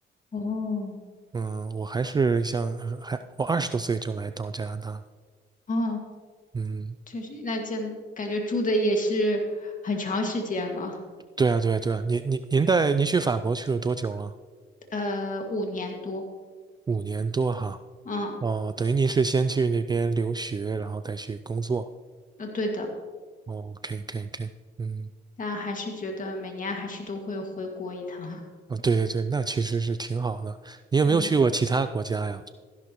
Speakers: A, on the left; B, on the right.
A: 哦，
B: 嗯，我还是像还我二十多岁就来到加拿大了
A: 哦，
B: 嗯，
A: 就是那见感觉住的也是很长时间了，
B: 对啊，对啊，对啊。您您您带您去法国去了多久了？
A: 呃，五年多。
B: 五年多哈。
A: 嗯，
B: 哦，等于您是先去那边留学，然后再去工作。
A: 呃，对的，
B: 哦，OK OK OK。嗯，
A: 但还是觉得每年还是都会回国一趟。
B: 哦，对对对，那其实是挺好的。
A: <laughs>
B: 你有没有去过其他国家呀？
A: 嗯。